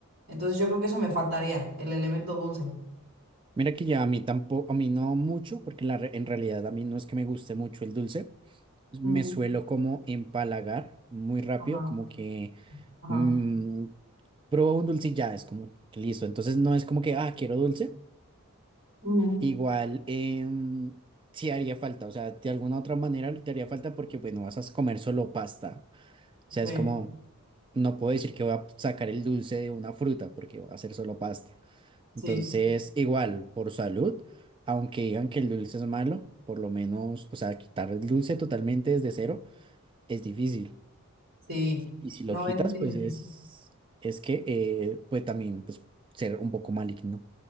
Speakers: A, on the right; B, on the right.
A: Entonces yo creo que eso me faltaría, el elemento dulce.
B: Mira que ya a mí tampoco, a mí no mucho, porque la re- en realidad a mí no es que me guste mucho el dulce. Me
A: Mm,
B: suelo como empalagar muy rápido,
A: Ajá,
B: como que
A: ajá.
B: mm, pruebo un dulce y ya es como que listo. Entonces no es como que, ah, quiero dulce.
A: mm.
B: Igual, em, sí haría falta, o sea, de alguna otra manera te haría falta porque, bueno, vas a comer solo pasta. sea,
A: Sí.
B: es como, no puedo decir que voy a sacar el dulce de una fruta porque va a ser solo pasta.
A: Sí,
B: Entonces, igual, por salud, aunque digan que el dulce es malo, por lo menos, o sea, quitar el dulce totalmente desde cero es difícil.
A: sí.
B: Y si lo
A: No
B: quitas,
A: es difícil.
B: pues es, es que eh, puede también pues, ser un poco maligno,